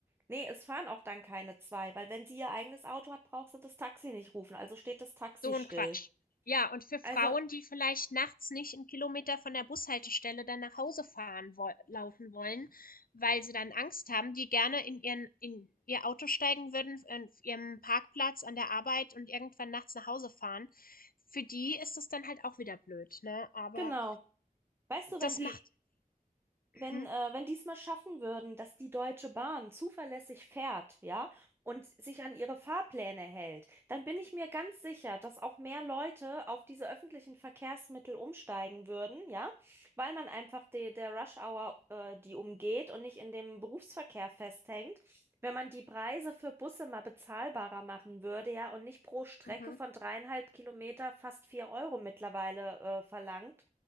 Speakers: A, on the right; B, on the left.
A: Nee, es fahren auch dann keine zwei, weil wenn sie ihr eigenes Auto hat, braucht sie das Taxi nicht rufen, also steht das Taxi
B: So
A: still.
B: ein Quatsch. Ja, und für Frauen,
A: Also,
B: die vielleicht nachts nicht 'n Kilometer von der Bushaltestelle dann nach Hause fahren woll laufen wollen, weil sie dann Angst haben, die gerne in ihren in ihr Auto steigen würden, an ihrem Parkplatz an der Arbeit und irgendwann nachts nach Hause fahren. Für die ist das dann halt auch wieder blöd, ne? Aber
A: genau. Weißt du,
B: das
A: wenn die
B: macht
A: wenn,
B: mhm,
A: äh, wenn die es mal schaffen würden, dass die Deutsche Bahn zuverlässig fährt, ja, und sich an ihre Fahrpläne hält, dann bin ich mir ganz sicher, dass auch mehr Leute auf diese öffentlichen Verkehrsmittel umsteigen würden, ja, weil man einfach de, der Rush Hour, äh, die umgeht und nicht in dem Berufsverkehr festhängt. Wenn man die Preise für Busse mal bezahlbarer machen würde, ja, und nicht pro Strecke
B: mhm.
A: von dreieinhalb Kilometer fast vier Euro mittlerweile, äh, verlangt,